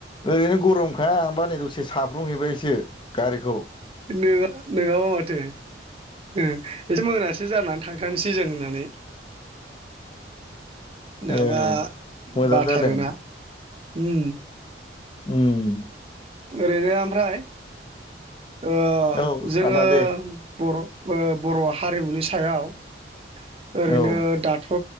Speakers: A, on the left; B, on the right.
A: ओरैनो गरमखा आंबा नै दसे साब्रुंहैबायसो गारिखौ ।
B: नोङा नोङाबा माथो। ओ एसे मोनासो जानानै थांथारनोसै जों होननानै नोङाबा
A: ओ मोजां
B: बाथारोना
A: जादों
B: उम।
A: उम
B: ओरैनो ओमफ्राय ओ
A: औ
B: जोङो
A: आदा दे
B: बर' बर' हारिमुनि सायाव ओरैनो
A: औ
B: दाथ'